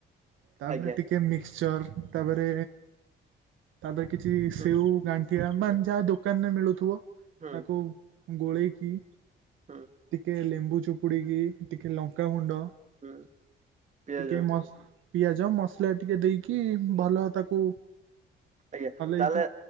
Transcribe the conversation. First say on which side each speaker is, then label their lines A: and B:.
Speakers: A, on the right; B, on the right.
A: ତାପରେ
B: ଆଜ୍ଞା
A: ଟିକେ ମିକ୍ସଚର ତାପରେ ତାପରେ କିଛି
B: ହୁଁ
A: ସେଉ ଗାଣ୍ଠିଆ ମାନ
B: ହୁଁ
A: ବା ଯା ତା ଦୋକାନ ରେ ମିଳୁଥିବ
B: ହୁଁ
A: ତାକୁ ଗୋଳେଇକି
B: ହୁଁ
A: ଟିକେ ଲେମ୍ବୁ ଚିପୁଡି଼କି ଟିକେ ଲଙ୍କାଗୁଣ୍ଡ
B: ହୁଁ ପିଆଜ
A: ଟିକେ ମସ୍ ପିଆଜ ମସଲା ଟିକେ ଦେଇକି ଭଲ ତାକୁ
B: ଆଜ୍ଞା
A: ହଲେଇକି
B: ତାହେଲେ